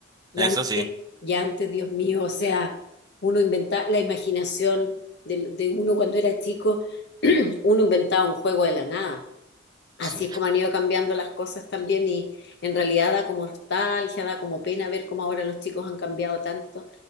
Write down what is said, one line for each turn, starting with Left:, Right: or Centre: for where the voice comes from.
Left: Y
Right: Eso
Left: antes,
Right: sí.
Left: ya antes, Dios mío, o sea, uno inventaba la imaginación de, de uno cuando era chico, <clears throat> uno inventaba un juego de la nada. Así
Right: sí.
Left: es como han ido cambiando las cosas también y en realidad da como nostalgia, da como pena ver cómo ahora los chicos han cambiado tanto.